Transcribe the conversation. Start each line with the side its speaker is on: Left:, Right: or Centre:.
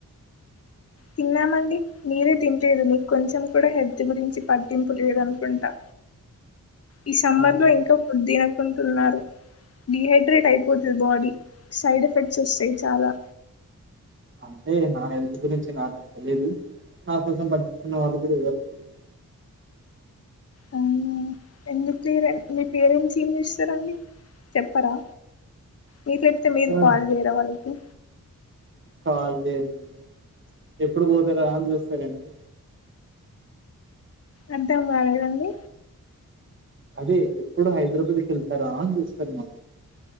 Left: తిన్నామండి మీరే తినలేదు మీకొంచెం కూడా హెల్త్ గురించి పట్టింపు లేదునుకుంటా ఈ సమ్మర్
Right: అవును
Left: లో ఇంకా ఫుడ్ తినకుంటున్నారు డిహైడ్రేట్ అయిపోతది బాడీ సైడ్ ఎఫెక్ట్స్ వస్తయి చాలా
Right: అంటే నా హెల్త్ గురించి నాకు ఎంత లేదు నా కోసం పట్టించుకున్న వాళ్ళు కూడా ఎవరు లేరు
Left: అవునా ఎందుకు చేయరు మీ పేరెంట్స్ ఏం చేస్తారండి చెప్పరా మీకడితే మీరు
Right: ఆ
Left: కాలు చేయరా వాళ్ళకి
Right: కాల్ చేయనండి ఎప్పుడు పోతారా అని చూస్తారండి
Left: అర్థం కాలేదండి
Right: అదే ఎప్పుడు హైదరాబాద్కి వెళ్తారా అని చూస్తున్నా